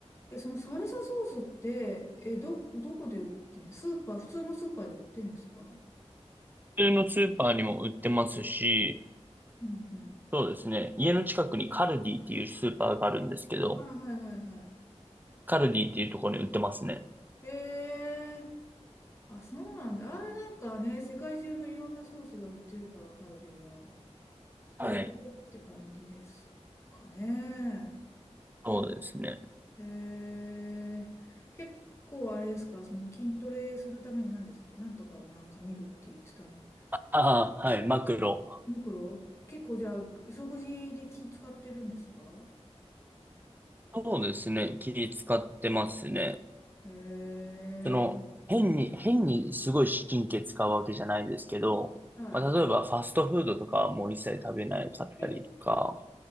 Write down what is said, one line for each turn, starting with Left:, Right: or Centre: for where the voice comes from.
Left: え、そのサルサソースって、え、ど、どこで売ってんですスーパー、普通のスーパーで売ってんですか
Right: 普通のスーパーにも売ってますし、
Left: うんうん。
Right: そうですね。家の近くにカルディっていうスーパーがあるんですけど、
Left: あ、はいはいは
Right: カルディっていうところに売ってますね。
Left: い。へえ、あ、そうなんだ。あれなんかね、世界中のいろんなソースが売ってるから、カルディは。それっ
Right: ははい。い。
Left: て感じですかね。
Right: そうですね。
Left: えー、結構あれですか、その筋トレするために何でしたっけなんとかをなんか見るって言ってたの。
Right: ああ、はい、マクロ。
Left: ミクロ結構じゃあ、食事で気使ってるんですか
Right: そうですね。気使ってますね。
Left: えー、
Right: その、変に、変にすごい神経使うわけじゃないですけど、
Left: は
Right: まあ、例えばファストフードとかはもう一切食べなかったりとか、
Left: い。え、